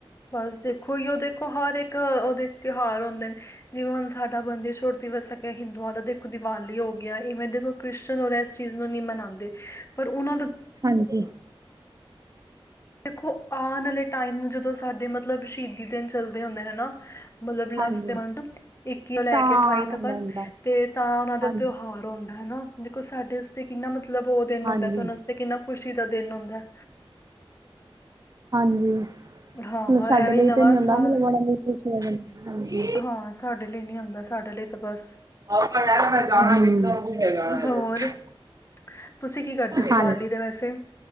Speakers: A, on the left (about 30°); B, on the right (about 40°).
A: ਬਸ ਦੇਖੋ ਹੀ ਓਹੀਓ ਦੇਖੋ ਹਰ ਇੱਕ ਉਹਦੇ ਚ ਤਿਉਹਾਰ ਹੁੰਦੇ ਨੇ। ਜਿਵੇਂ ਹੁਣ ਸਾਡਾ ਬੰਦੀ ਛੋੜ ਦਿਵਸ ਹੈਗਾ। ਹਿੰਦੂਆਂ ਦਾ ਦੇਖੋ ਦੀਵਾਲੀ ਹੋ ਗਿਆ। ਇਵੇਂ ਦੇਖੋ ਕ੍ਰਿਸਚਨ ਔਰ ਇਸ ਚੀਜ਼ ਨੂੰ ਨਹੀਂ ਮਨਾਉਂਦੇ, ਪਰ ਉਹਨਾਂ ਦਾ
B: ਹਾਂਜੀ।
A: ਦੇਖੋ ਆਉਣ ਵਾਲੇ ਟਾਈਮ। ਜਦੋਂ ਸਾਡੇ ਮਤਲਬ ਸ਼ਹੀਦੀ ਦਿਨ ਚੱਲਦੇ ਹੁੰਦੇ ਹਨਾ। ਮਤਲਬ ਲਸਟ
B: ਹਾਂਜੀ।
A: ਮੰਥ, ਇੱਕੀ ਤੋ ਲੈ
B: ਤਾਂ
A: ਕੇ ਅਠਾਈ ਤਕਣ
B: ਲੈਂਦਾ
A: ਤੇ ਤਾਂ ਉਹਨਾਂ ਦਾ
B: ਹਾਂਜੀ,
A: ਤਿਉਹਾਰ ਹੁੰਂਦਾ ਹਨਾ। ਦੇਖੋ ਸਾਡੇ ਵਾਸਤੇ ਕਿੰਨਾ ਮਤਲਬ ਉਹ ਦਿਨ
B: ਹਾਂਜੀ,
A: ਹੁੰਦਾ। ਤੇ ਉਨ੍ਹਾਂ ਵਸਤੇ ਕਿੰਨਾ ਖੁਸ਼ੀ ਦਾ ਦਿਨ ਹੁੰਦਾ।
B: ਹਾਂਜੀ। ਮਤਲਬ
A: ਹਾਂ
B: ਸਾਡੇ
A: ਐਵੇਂ
B: ਲਈ
A: ਨਵਾਂ
B: ਤੇ ਨੀ ਹੁੰਦਾ
A: ਸਾਲ
B: ਮਤਲਬ ਉਣਾ ਲਈ ਖੁਸ਼ੀ
A: ਹਾਂ ਸਾਡੇ ਲਈ ਨੀ ਹੁੰਦਾ ਸਾਡੇ ਲਈ ਤਾਂ ਬਸ।
B: <unintelligible>
A: ਹਾਂ ਹੋਰ ਤੁਸੀਂ ਕੀ ਕਰਦੇ ਹੋ ਦੀਵਾਲੀ
B: ਹਾਂਜੀ
A: ਦੇ ਵੈਸੇ